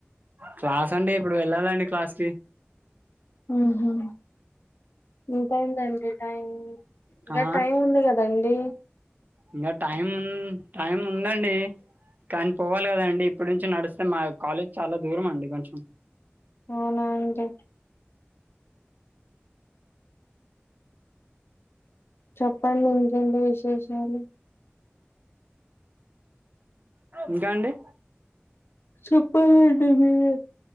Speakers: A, on the right; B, on the left.
A: క్లాస్ అండి ఇప్పుడు వెళ్ళాలండి క్లాస్ కి
B: ఉహు ఎంతైదండి టైం ఇంకా
A: ఆ
B: టైం ఉంది కదా రండి
A: ఇంకా టైం టైం ఉందండి కానీ పోవాలే కదండి ఇప్పడు నుంచి నడిస్తే మా కాలేజ్ చాలా దూరం అండి కొంచెం
B: అవునా అండి చెప్పండి ఇంకేంటి విశేషాలు
A: ఇంకా అండి
B: చెప్పలండి మీరే